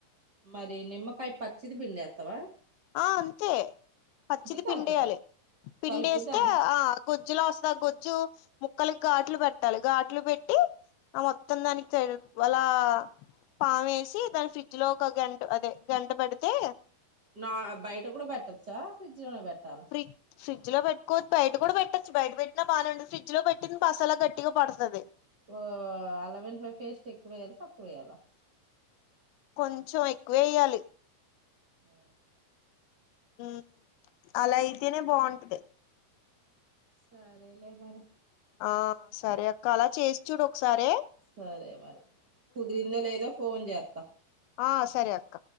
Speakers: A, on the right (about 40°); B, on the left (about 90°).
A: మరి నిమ్మకాయ్ పచ్చిది బిండేత్వా
B: ఆ అంతే పచ్చిది
A: కలుపుతావు
B: పిండేయలీ పిండేస్తే
A: కలిపి దాని
B: ఆ గొజ్జులో ఓస్త ఆ గజ్జు ముక్కలక్ ఘాట్లు పెట్టాలి ఘాట్లు పెట్టి ఆ మొత్తం దానికి తే వలా పావేసి దాని ఫ్రిడ్జ్ లో ఒక గంట అదే గంట పడితే
A: నా బైట గూడా బెట్టచ్చా ఫ్రిడ్జ్ లోనే బెట్టాలా
B: ఫ్రి ఫ్రిడ్జ్ లో పెట్టుకో బైట గూడా బెట్టొచ్చు బైట పెట్టినా బానే ఉంటది ఫ్రిజ్లో పెట్టింది మసాలా గట్టిగా పడ్తది
A: ఓ అల్లం వెల్లిపై ఫేస్ట్ ఎక్వ ఎయాలి తక్వ ఎయాలా
B: కొంచం ఎక్కువే వయ్యాలి
A: ఆ
B: ఉ అలా అయితేనే బాగుంటె
A: సరే లే మరి
B: ఆ సరే అక్క అలా చేసి చూడు ఒకసారే
A: సరే మరి కుదిరిందా లేదో ఫోన్ చేత
B: ఆ సరే అక్క